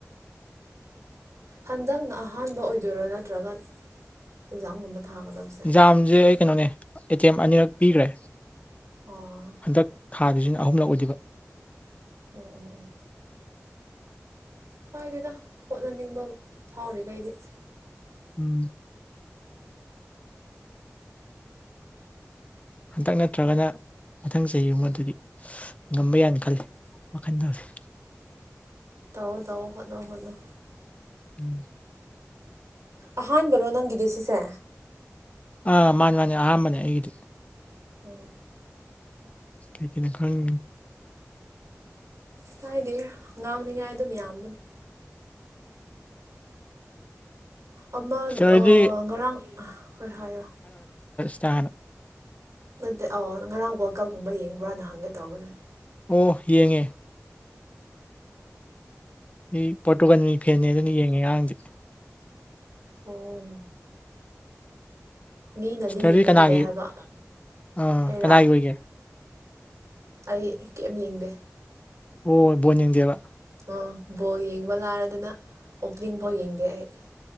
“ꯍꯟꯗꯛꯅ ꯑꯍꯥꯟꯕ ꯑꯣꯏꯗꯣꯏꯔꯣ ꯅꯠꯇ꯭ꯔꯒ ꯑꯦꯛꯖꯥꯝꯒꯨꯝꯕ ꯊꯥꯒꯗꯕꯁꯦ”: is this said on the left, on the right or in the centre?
Right